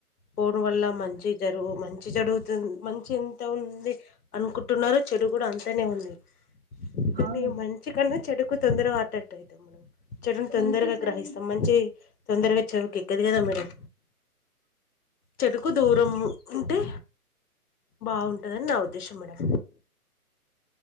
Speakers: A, on the left; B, on the right.
A: ఫోన్ వల్ల మంచి జరుగు మంచి జరుగుతు మంచి ఎంత ఉంది అనుకుంటున్నారో చెడు కూడా అంతానే ఉంది కానీ
B: అవును
A: మంచి కన్నా చెడుకు తొందరగా అట్రాక్ట్ అవుతాం మనం చెడుని తొందరగా
B: నెగిటివ్ సైడ్
A: గ్రహిస్తాం మంచి తొందరగా చెవుకి ఎక్కదు కదా మేడం చెడుకు దూరం ఉంటే బాగుంటుందని నా ఉద్దేశం మేడం